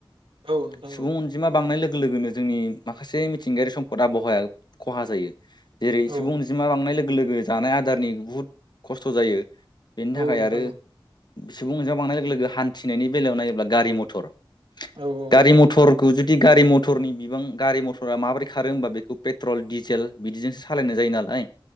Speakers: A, on the right; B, on the left.
A: औ नोंथां
B: सुबुं
A: औ नोंथां औ
B: अनजिमा बांनाय लोगो लोगोनो जोंनि माखासे मिथिंगायारि सम्पदा आबहावाया खहा जायो जेरै
A: औ
B: सुबुं अनजिमा बांनाय लोगो लोगो जानाय आदारनि बुहुत खस्थ' जायो बेनि थाखाय
A: औ नोंथां
B: आरो सुबुं नजिमा बांनाय लोगो लोगो हान्थिनायनि बेलायाव नायोब्ला गारि मटर
A: औ नोंथां
B: गारि मथरखौ जु दि गारि मथरनि बिबां गारि मथरा माबोरै खारो होमबा बेखौ पेट्रल डिजेल बिदिजोंसो सालायनाय जायो नालाय